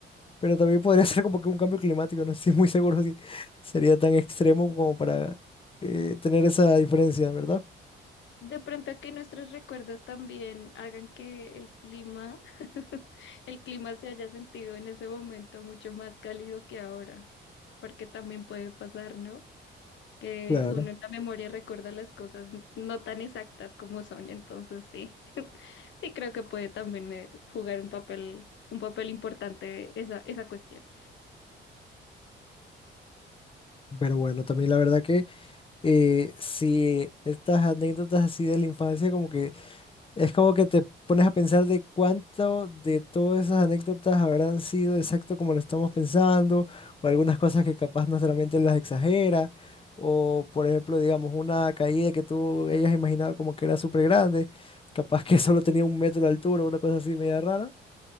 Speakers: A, on the left; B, on the left.
A: Pero también podría <laughs> ser como que un cambio climático, no estoy muy seguro si sería tan extremo como para eh, tener esa diferencia, ¿verdad?
B: De pronto que nuestros recuerdos también hagan que el clima, <laughs> el clima se haya sentido en ese momento mucho más cálido que ahora, porque también puede pasar, ¿no? que
A: Claro.
B: uno en la memoria recuerda las cosas no tan exactas como son, entonces sí, <laughs> sí creo que puede también eh, jugar un papel, un papel importante esa, esa cuestión.
A: Pero bueno, también la verdad que eh, si estas anécdotas así de la infancia como que Es como que te pones a pensar de cuánto de todas esas anécdotas habrán sido exacto como lo estamos pensando, o algunas cosas que capaz nuestra mente las exagera, o por ejemplo, digamos, una caída que tú hayas imaginado como que era súper grande, capaz que <laughs> solo tenía un metro de altura, una cosa así media rara.